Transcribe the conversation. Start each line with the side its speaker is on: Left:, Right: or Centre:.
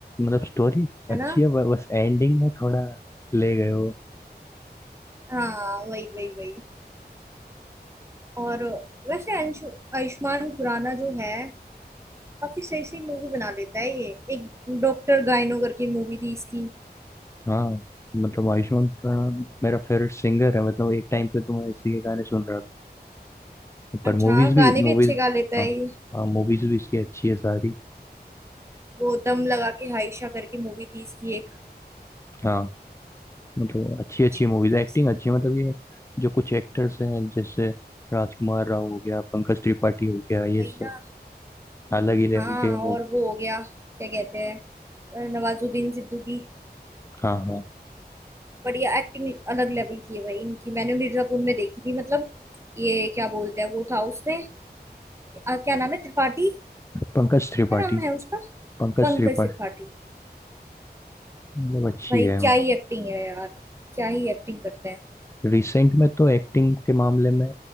Left: मतलब स्टोरी
Right: है
Left: अच्छी
Right: ना
Left: है ब- बस एंडिंग में थोड़ा ले गए हो
Right: हाँ वही वही वही और वैसे अंशु आयुष्मान खुराना जो है काफी सही सही मूवी बना लेता है ये एक डॉक्टर गाइनो करके मूवी थी इसकी
Left: हाँ मतलब आयुष्मान खुराना मेरा फेवरेट सिंगर है मतलब एक टाइम पे तो मैं इसी के गाने सुन रहा था पर
Right: अच्छा
Left: मूवीज
Right: हाँ, गाने
Left: भी मूवीज
Right: भी अच्छे गा लेता
Left: हाँ
Right: है ये
Left: हाँ मूवीज भी इसकी अच्छी है सारी
Right: वो दम लगा के हाइशा करके मूवी थी इसकी एक
Left: हाँ मतलब अच्छी अच्छी
Right: अच्छी
Left: मूवीज
Right: मूवी थी
Left: एक्टिंग
Right: इसकी
Left: अच्छी है मतलब ये जो कुछ एक्टर्स हैं जैसे राजकुमार राव हो गया पंकज त्रिपाठी हो गया ये
Right: वही
Left: सब
Right: ना
Left: अलग ही लेवल
Right: हाँ
Left: के मूव
Right: और वो हो गया क्या कहते हैं अ, नवाजुद्दीन सिद्दीकी की
Left: हाँ हाँ
Right: बढ़िया एक्टिंग अलग लेवल की है भाई इनकी मैंने मिर्जापुर में देखी थी मतलब ये क्या बोलते हैं वो था उसने अ, क्या नाम है त्रिपाठी
Left: पंकज त्रिपाठी
Right: क्या नाम है उसका
Left: पंकज
Right: पंकज
Left: त्रिपाठी
Right: त्रिपाठी
Left: मतलब अच्छी
Right: भाई
Left: है
Right: क्या ही एक्टिंग है यार क्या ही एक्टिंग करते हैं
Left: रिसेंट में तो एक्टिंग के मामले में